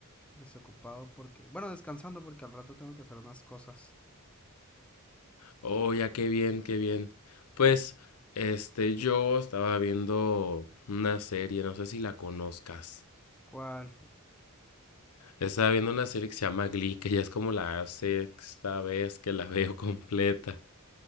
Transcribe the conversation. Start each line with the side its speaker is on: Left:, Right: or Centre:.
Centre: desocupado porque, bueno, descansando porque al rato tengo que hacer unas cosas.
Left: Oh, ya qué bien, qué bien. Pues, este, yo estaba viendo una serie, no sé si la conozcas.
Centre: ¿Cuál?
Left: Estaba viendo una serie que se llama Glee, que ya es como la sexta vez que la veo <laughs> completa.